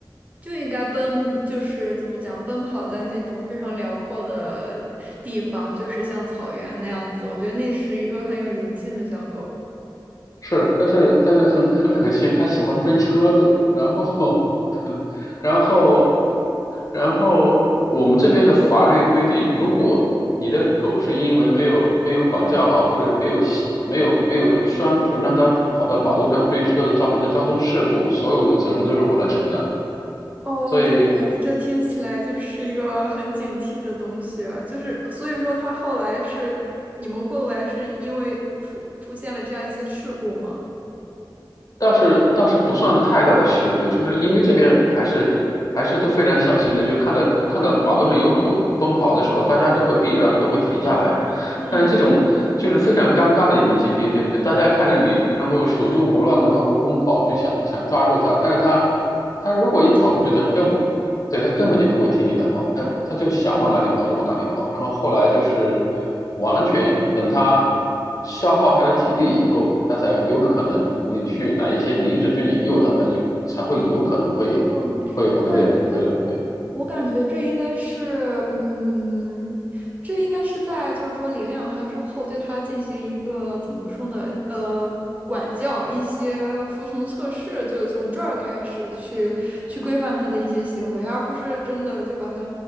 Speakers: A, on the right; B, on the left.
A: 就应该奔，就是怎么讲，奔跑在那种非常辽阔的地方，就是像草原那样子。我觉得那是一个很有灵性的小狗。
B: 是，但是但是很很可惜，他喜欢追车子，然后 <laughs> 然后然后我们这边的法律规定，如果你的狗是因为没有没有管教好，或者是没有系没有没有拴住，让它跑到马路上追车子造成的交通事故，所有的责任都是我来承担。
A: OK，
B: 所以
A: 这听起来就是一个很警惕的东西啊就是所以说它后来是你们后来是因为出出现了这样一些事故吗？
B: 倒是倒是不算太大的事故，就是因为这边还是还是都非常小心的，就是看到看到马路上有狗奔跑的时候，大家都会避让，都会停下来。
A: 嗯，
B: 但是这种就是非常尴尬的一种经历，对不对？大家看着你，然后手足无乱的到处奔跑，去想想抓住它，但是它它如果一跑出去它根本
A: 不听你的话。
B: 对，他根本就不会听你的话，他他就想往哪里跑就往哪里跑，然后后来就是完全等他消耗他的体力以后，他才有可能你去哪一些你一直去引诱他，他有才会有可能会
A: 嗯，
B: 会回的回来。
A: 我感觉，
B: 对
A: 我感觉这应该是，嗯，这应该是在就是说领养它之后，对它进行一个怎么说呢？呃，管教一些服从测试，就是从这儿开始去去规范它的一些行为，而不是真的就把它